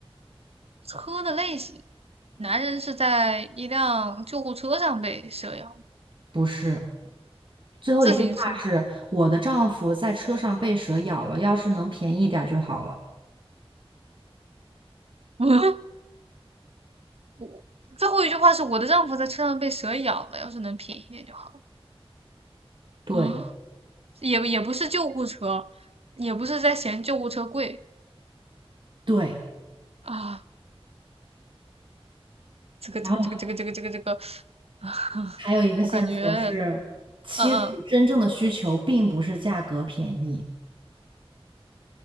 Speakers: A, on the right; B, on the right.
A: 车的类型，男人是在一辆救护车上被蛇咬，
B: 不是。最后一句话是我的丈夫在车上被蛇咬了，
A: 自行车。
B: 要是能便宜点儿就好了。
A: <laughs> 我最后一句话是我的丈夫在车上被蛇咬了，要是能便宜一点就好。
B: 对
A: 啊也也不是救护车，也不是在嫌救护车贵
B: 对，
A: 啊。这个这个这个这个这个这个这个，
B: 然后
A: <laughs> 啊，
B: 还有一个线索是妻子真正的需求并不是价格便宜，
A: 我感觉，嗯嗯